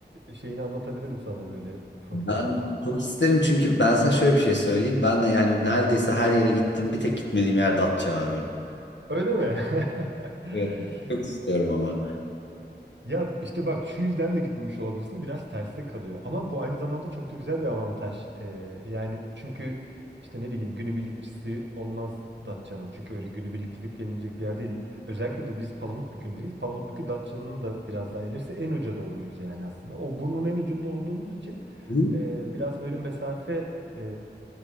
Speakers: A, on the right (about 80°); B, on the left (about 85°).
A: şeyini anlatabilirim sana böyle ufak
B: Ben
A: tefek.
B: çok isterim çünkü ben sana şöyle bir şey söyleyeyim. Ben de yani neredeyse her yere gittim. Bir tek gitmediğim yer Datça abi.
A: Öyle mi? <laughs>
B: Evet. Çok istiyorum ama.
A: Ya işte bak şu yüzden de gitmemiş olabilirsin. Biraz terste kalıyor. Ama bu aynı zamanda çok da güzel bir avantaj. Ee, yani çünkü işte ne bileyim günübirlikçisi olmaz Datça'nın. Çünkü öyle günübirlik gidip gelinecek bir yer değil. Özellikle de biz Palamutbükü'ndeyiz. Palamutbükü Datça'nın da biraz daha ilerisi en uca doğruyuz yani aslında. O burnun en ucunda olduğumuz için
B: Hı?
A: e, biraz böyle mesafe e,